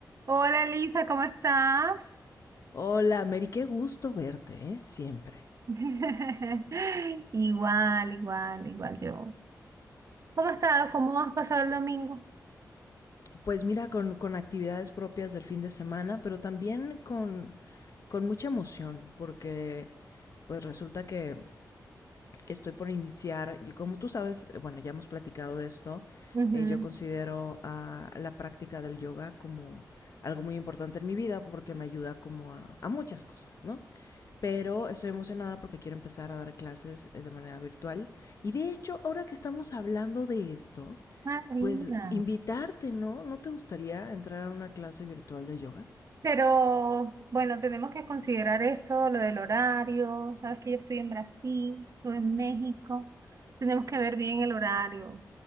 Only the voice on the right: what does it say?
Hola Elisa, ¿cómo estás?
<laughs> Igual, igual, igual yo. ¿Cómo has estado? ¿Cómo has pasado el domingo?
Ujú.
Ah, mira.
Pero bueno, tenemos que considerar eso, lo del horario. Sabes que yo estoy en Brasil, tú en México. Tenemos que ver bien el horario.